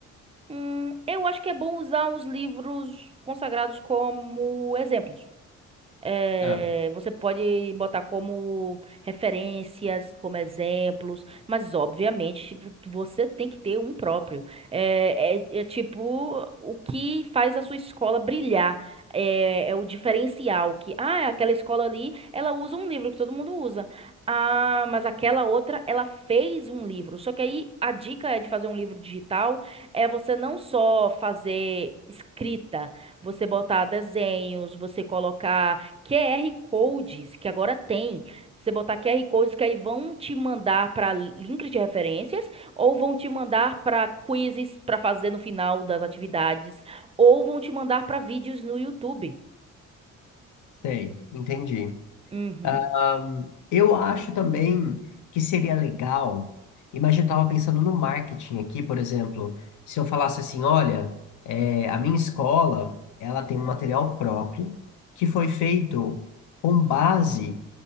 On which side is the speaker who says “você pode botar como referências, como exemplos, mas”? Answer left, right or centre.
Right